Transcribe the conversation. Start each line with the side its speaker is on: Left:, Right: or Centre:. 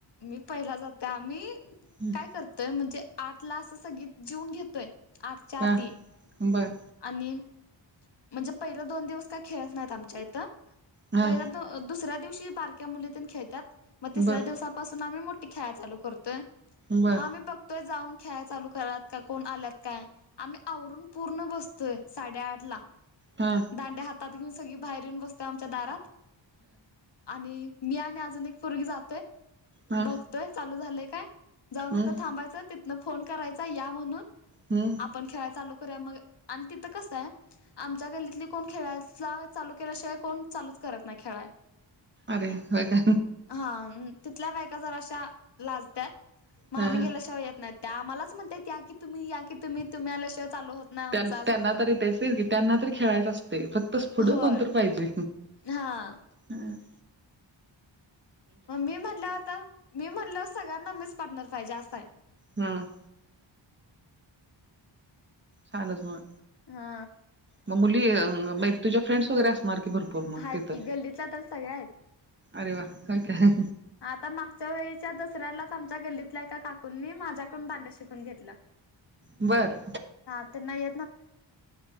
Left: मी पहिला जाते आम्ही
Right: हम्
Left: काय करतोय म्हणजे आठला असं सग जिवून घेतोय आठच्या आधी
Right: हा बर
Left: आणि म्हणजे पहिले दोन दिवस का खेळत नाहीत आमच्या इथं
Right: हा
Left: पहि दुसऱ्या दिवशी बारक्या मुलीत खेळतात मग तिसऱ्या
Right: बर
Left: दिवसापासून आम्ही मोठी खाय चालू करतोय
Right: बर
Left: मग आम्ही बघ जाऊन खेळा चालू करत का कोण आल्यात काय आम्ही आवरून पूर्ण बसतो. तर साडेआठ ला
Right: हा
Left: दांड्या हातात घेऊन सगळी बाहेर येऊन बसतो आमच्या दारात आणि मी आणि अजून एक फर्गी जातोय
Right: हा
Left: बघतोय चालू झालय काय. जाऊन
Right: हम्म
Left: तिथं थांबायचं तिथनं फोन करायचा या म्हणून
Right: हा
Left: आपण खेळा चालू करूया मग आणि तिथं कसं आहे आमच्या गल्लीतली कोण खेळाला चालू केल्याशिवाय कोण चालूच करत नाही खेळाय
Right: अरे ह का
Left: हा तिथल्या बायका जरा अशा लाजत्याात मग
Right: हा
Left: आम्ही गेल्याशिवाय येत नाही त्या आमलाच म्हणताात या की तुम्ही या की तुम्ही तुमच्याल्याशिय चालू होत नाही आमचं
Right: त्यांना
Left: असं म्हणतात
Right: तरी तेच की त्यांना तरी खेळायचं असते फक्त पुढं
Left: होय
Right: कोणत पाहिजे
Left: हा
Right: हम.
Left: मग मी म्हणल्या होता मी म्हणल सगळ्यांना मीच पार्टनर पाहिजे असं आहे.
Right: हम् सानस मग
Left: हा.
Right: मग मुली तुझ्या फ्रेंड्स वगैरे असणार की भरपूर मग
Left: आहेत
Right: तिथं
Left: की गल्लीतल्या तर सगळ्या आहेत.
Right: अरे वा का काय
Left: आता मागच्या वेळीच्या दसऱ्यालाच आमच्या गल्लीतल्या एका काकूंनी माझ्याकडून दांड्या शिकून घेतलं
Right: बरं.
Left: <unintelligible> त्यांच्या